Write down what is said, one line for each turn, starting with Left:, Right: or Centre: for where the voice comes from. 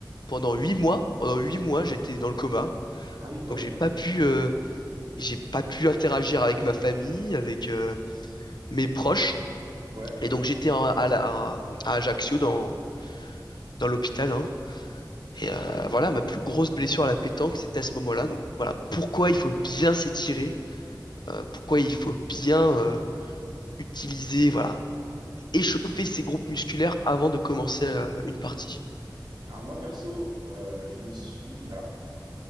Left: pendant huit mois. Pendant huit mois, j'étais dans le coma.
Right: Ah oui, quand
Left: Donc
Right: même.
Left: j'ai pas pu, euh, j'ai pas pu interagir avec ma famille, avec euh, mes proches.
Right: Ouais,
Left: Et donc j'étais en- à, la- à Ajaccio dans, dans l'hôpital, hein. Et
Right: ok.
Left: euh, voilà, ma plus grosse blessure à la pétanque, c'était à ce moment-là. Donc voilà, pourquoi il faut bien s'étirer, euh, pourquoi il faut bien euh, utiliser, voilà, échauffer ses groupes musculaires avant de commencer euh, une partie.
Right: Alors moi, perso, euh, je me suis, alors,